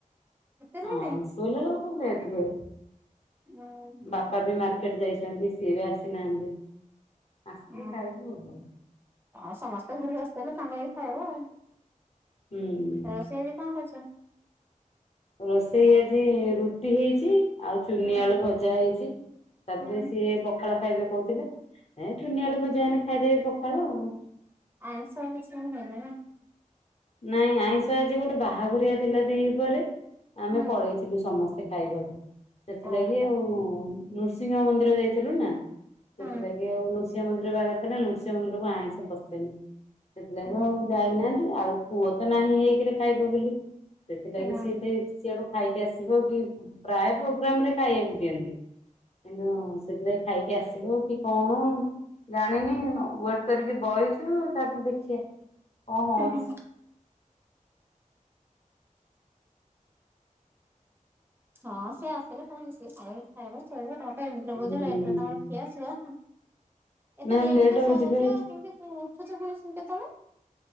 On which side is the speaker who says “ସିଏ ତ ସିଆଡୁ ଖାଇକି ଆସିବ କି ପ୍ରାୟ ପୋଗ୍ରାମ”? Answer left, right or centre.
Left